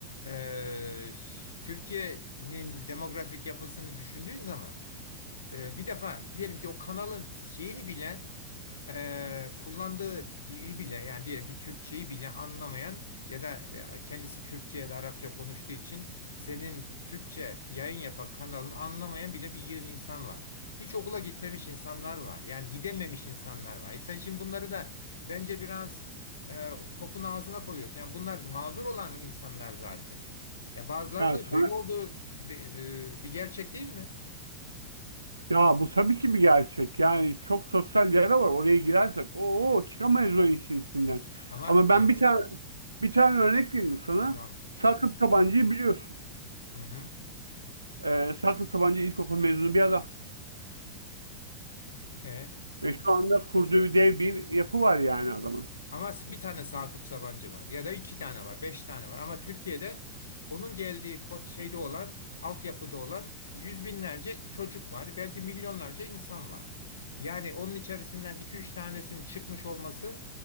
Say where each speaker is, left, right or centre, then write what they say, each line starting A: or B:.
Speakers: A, on the left; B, on the right.
A: eee, Türkiye'nin demografik yapısını düşündüğün zaman Ee, bir defa diyelim ki o kanalın şeyini bile e, kullandığı dili bile yani diyelim ki Türkçeyi bile anlamayan ya da e, kendisi Kürtçe ya da Arapça konuştuğu için senin Türkçe yayın yapan kanalını anlamayan bile bir yığın insan var. Hiç okula gitmemiş insanlar var. Yani gidememiş insanlar var. E sen şimdi bunları da bence biraz e, topun ağzına koyuyorsun. Yani bunlar mağdur olan insanlar zaten. Ya bazılarının
B: yani
A: da böyle
B: sana-
A: olduğu de- e, bir gerçek değil mi?
B: ya bu tabii ki bir gerçek. Yani çok sosyal yara var. Oraya girersek o çıkamayız o işin içinden.
A: Ama
B: Ama ben
A: e,
B: bir tane bir tane örnek vereyim sana.
A: Tamamdır.
B: Sakıp Sadık Sabancı'yı biliyorsun.
A: Hı hı.
B: Ee, Sakıp Sabancı İlkokul mezunu bir adam.
A: E.
B: Ve şu anda kurduğu dev bir yapı var yani adamın.
A: Ama bir tane Sakıp Sabancı var ya da iki tane var, beş tane var. Ama Türkiye'de onun geldiği pot şeyde olan, altyapıda olan yüz binlerce çocuk var. Belki milyonlarca insan var. Yani onun içerisinden iki üç tanesinin çıkmış olması